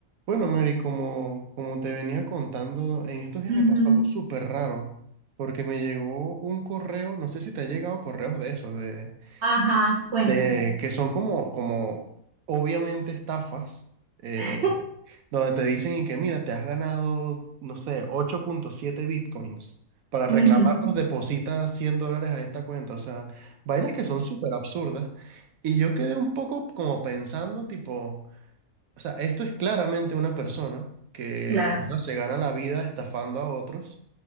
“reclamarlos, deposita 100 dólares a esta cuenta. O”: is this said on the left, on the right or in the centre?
Right